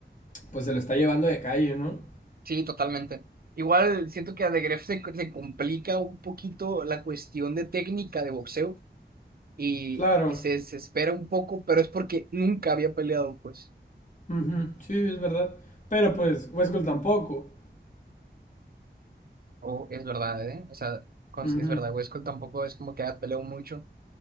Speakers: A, on the left; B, on the right.
A: pues se lo está llevando de calle, ¿no?
B: Sí, totalmente. Igual siento que a De Gref se, se complica un poquito la cuestión de técnica de boxeo y,
A: Claro,
B: y se desespera un poco, pero es porque nunca había peleado, pues.
A: ujú, sí, es verdad. Pero pues Westcott tampoco.
B: Oh, es verdad, ¿eh? O sea, con-
A: Ujú.
B: es verdad, Westcol tampoco es como que haya peleado mucho.